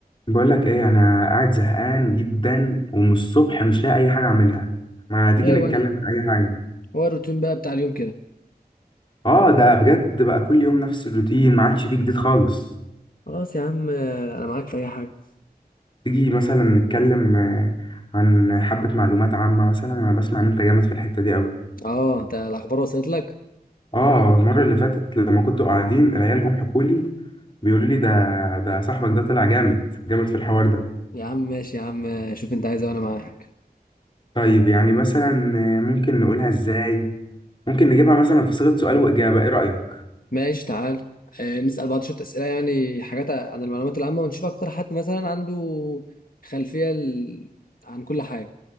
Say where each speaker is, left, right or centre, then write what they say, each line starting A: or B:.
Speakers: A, on the left; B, on the left.
A: بقول لك ايه انا قاعد زهقان جدا ومن الصبح مش لاقي اي حاجه اعملها ما تيجي
B: ليه
A: نتكلم
B: وانا
A: في اي حاجه
B: هو الروتين بقى بتاع اليوم كده
A: اه ده بجد بقى كل يوم نفس الروتين ما عادش فيه جديد خالص
B: خلاص يا عم آه، انا معاك في اي حاجه
A: تيجي مثلا نتكلم آه، عن حبه معلومات عامه مثلا انا بسمع ان انت جامد في الحته دي قوي
B: اه انت الاخبار وصلت لك
A: اه المره اللي فاتت لما كنتوا قاعدين العيال جم حكوا لي بيقولوا لي ده ده صاحبك ده طلع جامد جامد في الحوار ده
B: يا عم ماشي يا عم شوف انت عايز إيه وانا معاك
A: طيب يعني مثلا آه، ممكن نقولها ازاي ممكن نجيبها مثلا في صيغه سؤال واجابه ايه رايك
B: ماشي تعال آه، نسأل بعض شوية أسئلة يعني حاجات عن المعلومات العامة ونشوف أكتر حد مثلا عنده خلفية ال... عن كل حاجة